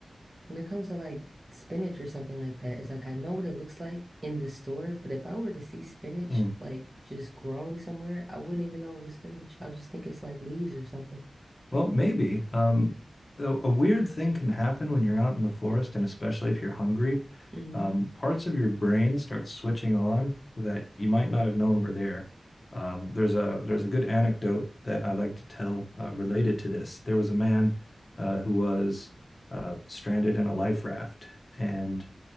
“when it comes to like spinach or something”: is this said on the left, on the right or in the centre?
Right